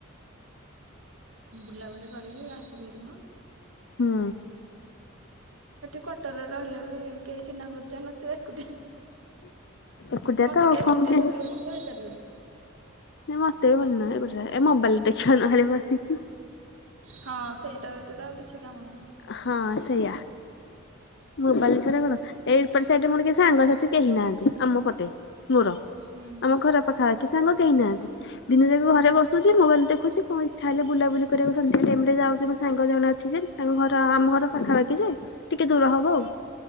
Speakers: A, on the right; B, on the left.
A: ବୁଲାବୁଲି କରିକି ଆସି ପାରିବ।
B: ହୁଁ।
A: ସେଠି କ୍ଵାଟରରେ ରହିଲେ ବି କେହି ଚିହ୍ନା ପରିଚୟ ନଥିବେ। ଏକୁଟିଆ
B: ଏକୁଟିଆ
A: ମତେ
B: ଆଉ
A: ତ
B: କଣ
A: ଏକୁଟିଆ
B: ଟିକେ
A: ଗୋଟେ ଘରେ ମୁଁ ରହିପାରିବିନି।
B: ମତେ ବି ଭଲ ନାଗେ ଏ ଗୋଟେ ଘରେ ଏ ମୋବାଇଲ ଦେଖା ନହେଲେ ବସିକି
A: ହଁ ସେଇଟା ବ୍ୟତୀତ ଆଉ କିଛି କାମ ନାହିଁ
B: ହଁ ସେଇଆ। ମୋବାଇଲ ଛଡ଼ା କଣ ଏଇପଟେ ସାଇଡ଼ରେ ମୋର କି ସାଙ୍ଗସାଥି କେହି ନାହାନ୍ତି ଆମ ପଟେ। ମୋର,
A: ହୁଁ
B: ଆମ ଘର ପାଖାପାଖି ସାଙ୍ଗ କେହିଁ ନାହାନ୍ତି ଦିନ ଯାକ ଘରେ ବସୁଛି ମୋବାଇଲ ଦେଖୁଚି ପୁଣି ଇଚ୍ଛା ହେଲେ ବୁଲାବୁଲି କରିବାକୁ ସନ୍ଧ୍ୟା ଟାଇମ୍ ରେ ଯାଉଛି ସାଙ୍ଗ ଜଣେ ଅଛି ଯେ ତାଙ୍କ ଘର ଆମ ଘର ପାଖାପାଖି ଯେ ଟିକେ ଦୂର ହବ ଆଉ।